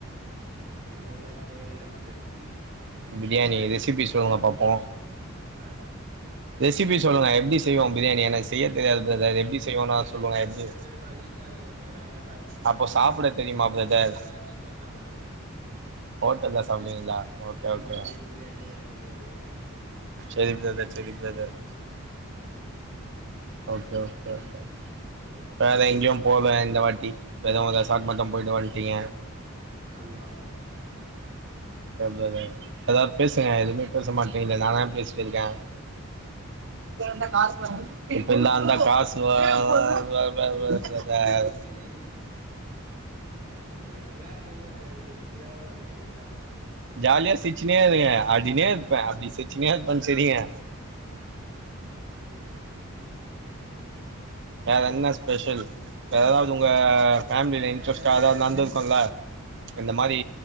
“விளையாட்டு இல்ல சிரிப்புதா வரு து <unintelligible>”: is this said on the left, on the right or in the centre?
Right